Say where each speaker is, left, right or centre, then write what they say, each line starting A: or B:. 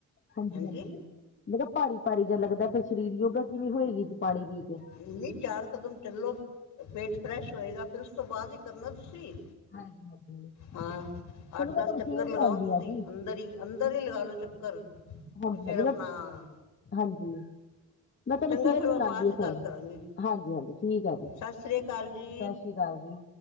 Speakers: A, on the left (about 40°); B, on the left (about 85°).
A: ਹਾਂਜੀ-ਹਾਂਜੀ।
B: ਹਾਂਜੀ
A: ਮੈ ਕਿਆ ਭਾਰੀ-ਭਾਰੀ ਜਾ ਲੱਗਦਾ ਫੇਰ ਸ਼ਰੀਰ ਯੋਗਾ ਕਿਵੇਂ ਹੋਏਗੀ ਜੀ ਪਾਣੀ ਪੀ ਕੇ।
B: ਨੀ ਚਾਰ ਕਦਮ ਚੱਲੋ ਪੇਟ ਫਰੈਸ਼ ਹੋਏਗਾ ਫੇਰ ਉਸ ਤੋਂ ਬਾਦ ਈ ਕਰਨਾ ਤੁਸੀਂ।
A: ਹਾਂਜੀ ਹਾਂਜੀ
B: ਹਾਂ,
A: ਚਲੋ
B: ਅੱਠ-ਦਸ
A: ਮੈਂ ਤੁਹਾਨੂੰ
B: ਚੱਕਰ
A: ਫੇਰ
B: ਲਗਾਓ
A: ਲਾਉਂਦੀ
B: ਤੁਸੀਂ
A: ਆ ਜੀ।
B: ਅੰਦਰ ਈ। ਅੰਦਰ ਈ ਲਗਾ ਲੋ ਚੱਕਰ।
A: ਹਾਂਜੀ
B: ਤੇ ਫੇਰ
A: ਹਾਂਜੀ
B: ਆਪਣਾ
A: ਮੈਂ ਹਾਂਜੀ ਮੈਂ ਤੁਹਾਨੂੰ
B: ਚੰਗਾ ਫੇਰ
A: ਮਿਲਾਂਦੀ
B: ਮੈਂ ਬਾਦ
A: ਆ
B: 'ਚ
A: ਫੋਨ।
B: ਗੱਲ ਕਰਾਂਗੀ।
A: ਹਾਂਜੀ ਹਾਂਜੀ ਠੀਕ ਆ ਜੀ।
B: ਸਤ ਸ੍ਰੀ ਕਾਲ ਜੀ।
A: ਸਤਿ ਸ਼੍ਰੀ ਅਕਾਲ ਜੀ।